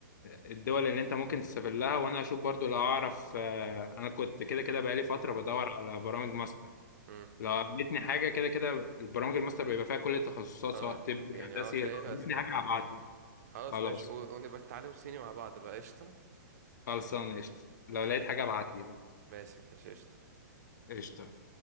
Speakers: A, on the left; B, on the right.
A: الدول اللي انت ممكن تسافر لها وانا اشوف برضو لو اعرف آه، انا كنت كده كده بقالي فترة
B: <laughs>
A: بدور على برامج ماستر
B: امم
A: لو عملتني حاجة كده كده البرامج الماستر بيبقى فيها كل التخصصات
B: اه
A: سواء طبي
B: يعني
A: هندسي
B: اه تلاقي
A: لو
B: لها
A: عملتني
B: اسنان
A: حاجة
B: اه
A: هبعتلي
B: خلاص
A: خلاص
B: ماشي و- ونبقى نتعلم صيني مع بعض بقى قشطة
A: خلصان قشطة لو
B: قشطة
A: لقيت حاجة ابعتلي بقى
B: ماشي ماشي قشطة
A: قشطة